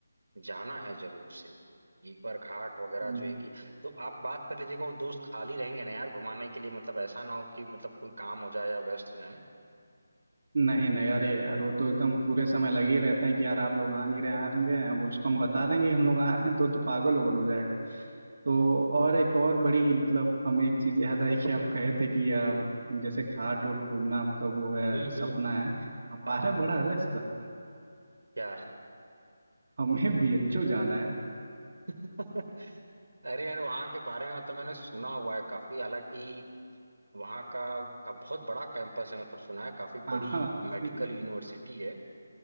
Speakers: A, on the right; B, on the right.
A: जाना है जरूर से एक बार घाट वगैरह
B: हम्म
A: जो है कि तो आप बात कर लीजिएगा वो दोस्त खाली रहेंगे ना यार घुमाने के लिए मतलब ऐसा ना हो कि मतलब कोई काम हो जाए या व्यस्त हो जाए
B: नहीं नहीं अरे यार वो तो एकदम पूरे समय लगे ही रहते हैं कि यार आप लोग आ नहीं रहे आ नहीं रहे हैं अब उसको हम बता देंगे कि हम लोग आ रहे हैं तो तो पागल उगल हो जाएगा तो और एक और बड़ी मतलब हमें एक चीज याद आई कि आप कहे थे कि अ, जैसे घाट वोट घूमना आपका वो है
A: हम्म
B: सपना
A: हम्म
B: है हमारा
A: हाँ हाँ
B: बड़ा अलग से सपना है
A: क्या
B: हमें बीएचयू जाना है
A: <laughs> अरे यार वहाँ के बारे में मतलब मैंने सुना हुआ है काफी हालांकि वहाँ का, का बहुत बड़ा कैंपस है मतलब सुना है काफी
B: हाँ
A: बड़ी
B: हाँ इसीलिए
A: मेडिकल यूनिवर्सिटी है